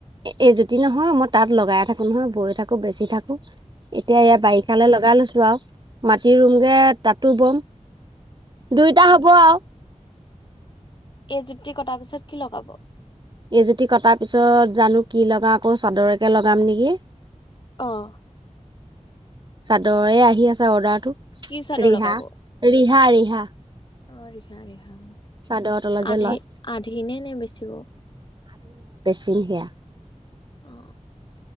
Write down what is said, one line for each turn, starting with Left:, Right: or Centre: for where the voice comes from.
Right: এই জুতি নহয়। মই তাত লগাই থাকো নহয়, বৈ থাকো বেচি থাকো। এতিয়া এয়া বাৰিষালৈ লগাই লৈছো আৰু মাটি ৰুমগে তাতো বম। দুইটা হব আৰু
Left: এই জুতি কটাৰ পিছত কি লগাব।
Right: এইজুতি কটাৰ পিছত জানো কি লগাও আকৌ চাদৰকে লগাম নেকি।
Left: অ'।
Right: চাদৰে আহি আছে। অৰ্ডাৰটো
Left: কি চাদৰ
Right: ৰিহা,
Left: লগাব?
Right: ৰিহা, ৰিহা।
Left: অ' ৰিহা, ৰিহা।
Right: চাদৰৰ তলত যে
Left: আধি,
Right: লয়
Left: আধিনে নে বেচিব।
Right: দিম দিয়া।
Left: অ,